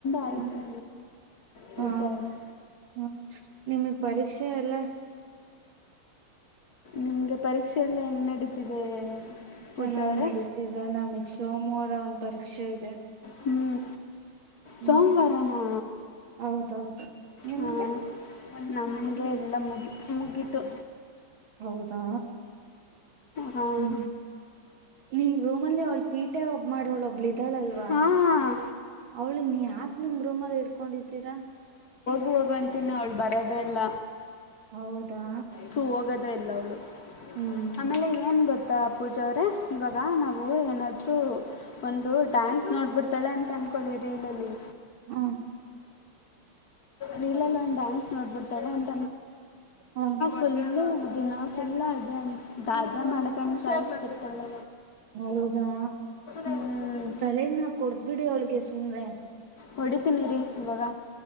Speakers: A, on the left (about 55°); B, on the right (about 70°).
A: ಆಯಿತು
B: ಹ
A: ಪೂಜಾ
B: ಹಾ
A: ಅವರೇ
B: ಹ ನಿಮಗ್ ಪರೀಕ್ಷೆ ಎಲ್ಲ
A: ನಿಮ್ಗೆ ಪರೀಕ್ಷೆ ಎಲ್ಲ ಹೆಂಗ ನಡೀತಿದೆ ಪೂಜಾ
B: ಚೆನ್ನಾಗ್
A: ಅವರೇ
B: ನಡೀತಿದೆ ನಮಗ್ ಸೋಮವಾರ ಒಂದ್ ಪರೀಕ್ಷೆ ಇದೆ
A: ಹ್ಮ್
B: ಹ್ಮ್
A: ಸೋಮವಾರನಾ
B: ಹೌದೌದು ನಿಮ್ಗೆ
A: ಹ್ಮ. ನಮ್ಗೆ ಎಲ್ಲ ಮುಗಿ ಮುಗಿತು.
B: ಹೌದಾ
A: ಹಾಂ
B: ಹ್ಮ್. ನಿಮ್ ರೂಮ್ ಅಲ್ಲಿ ಅವ್ಳ ತೀಟೆ ಒಬ್ಬ ಮಾಡೋವಳ ಒಬ್ಳಿದ್. ಇದಾಳಲ್ವಾ
A: ಹಾಂ
B: ಅವಳು ನೀ. ಹಾಕ್ ನಿಮ್ ರೂಮರ್ ಇಡ್. ಕೊಂಡಿದ್ದೀರಾ.
A: ಹೋಗಂತಿನಿ ಅವ್ಳು ಬರದೆ ಇಲ್ಲ.
B: ಹೌದಾ.
A: ತು ಹೋಗದೇ ಇಲ್ಲ ಅವ್ಳು.
B: ಹ್ಮ್
A: ಆಮೇಲೆ
B: ಹ
A: ಏನ್ ಗೊತ್ತಾ ಪೂಜ ಅವ್ರೆ ಇವಾಗ ನಾವು ಏನಾದ್. ಒಂದು ಡಾನ್ಸ್ ನೋಡ್ಬಿಡ್ತಾಳೆ ಅಂತ ಅನ್ಕೊಳ್ಳಿ ರೀಲಲ್ಲಿ.
B: ಹ
A: ರೀಲಲ್ಲಿ ಒಂದು ಡ್ಯಾನ್ಸ್ ನೋಡ್ ತ. <unintelligible>
B: ಹಾ.
A: <unintelligible> ದಿನ. ಎಲ್ಲ ಅದೇ ದ್ ದ್ಯ ಮಾಡಕಂಡ ಸಾಯಿಸ್ತೀರ್ತಾಳೆ
B: ಹೌದಾ
A: ಹ್ಮ
B: ತಲೆಗ್ ನಾ ಕೊಡ್ಬಿಡಿ ಅವಳಿಗೆ ಸುಮ್ನೆ
A: ಹೊಡಿತಿನಿ ಇರಿ. ಈವಾಗ.